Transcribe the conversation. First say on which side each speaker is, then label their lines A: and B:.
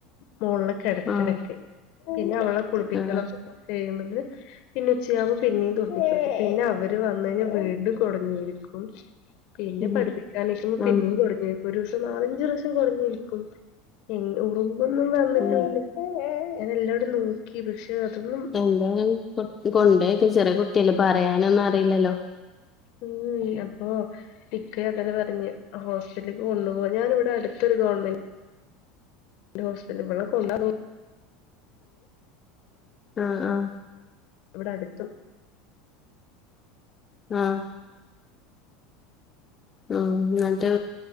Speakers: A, on the left; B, on the left.
A: മോളിനെ കേടത്തലൊക്കെ
B: ആഹ്
A: പിന്നെ അവളെ കുളിപ്പിക്കലൊക്കെ
B: ആഹ്
A: കഴിമ്പതി പിന്നെ ഉച്ചയാവുമ്പോ പിന്നെയും തൊട്ടിക്കിട്ത് പിന്നെ അവര് വന്ന കഴിഞ വീണ്ടും കുടഞ്ഞിരിക്കും. പിന്നെ
B: ഉം
A: പഠിപ്പിക്കാനിക്കുമ്പോ പിന്നെയും
B: ആഹ്
A: കൊടഞ്ഞ ഒരുസം നാലഞ്ച റഷ്യം കൊടഞ്ഞിരിക്കും എ ഉറുമ്പൊന്നും വന്നിട്ടന്ന.
B: ഉം
A: ഞാൻ എല്ലാഡിം നോക്കി പക്ഷെ. അതൊന്നും
B: എന്തേലും കൊണ്ട്ക്ക ചെറിയ കുട്ടിയല്ല പറയാനൊന്നും അറിയില്ലല്ലോ.
A: ഉം അപ്പൊ ഇക്ക അതലെ പറഞ്ഞ ഹോസറ്റിറ്റലിലക്ക് കൊണ്ടു പോ ഞാൻ ഇവിടെ അടുത്ത്. ഗവൺമെന്റ്. ഹോസ്റ്റലളക്കെണ്ടുന്നു.
B: ആഹ് ആഹ്
A: ഇവിടെ അടുത്തു.
B: ആഹ് ഉ ന്നട്ട്